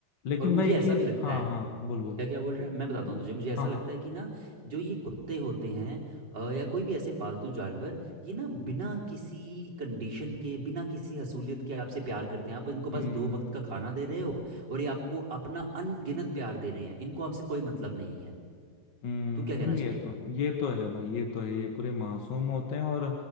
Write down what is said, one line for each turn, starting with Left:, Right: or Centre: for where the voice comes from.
Left: लेकिन
Right: और मुझे
Left: भाई एक
Right: ऐसा
Left: चीज
Right: भी लगता
Left: हाँ
Right: है
Left: हाँ बोल बोल
Right: क्या क्या बोल रहा है मैं बताता
Left: बो-
Right: हूँ तुझे मुझे ऐसा
Left: हाँ
Right: लगता
Left: हाँ
Right: है कि ना जो ये कुत्ते होते हैं अ, या कोई भी ऐसे पालतू जानवर ये ना बिना किसी कंडीशन के बिना किसी हसूलियत के आपसे प्यार करते हैं आप इनको
Left: हम्म
Right: बस दो वक्त का खाना दे रहे हो और ये आपको अपना अनगिनत प्यार दे रहे हैं इनको आपसे कोई मतलब नहीं है
Left: हम्म
Right: तू क्या कहना
Left: ये
Right: चाहेगा
Left: तो ये तो है भाई ये तो है ये पूरे मासूम होते हैं और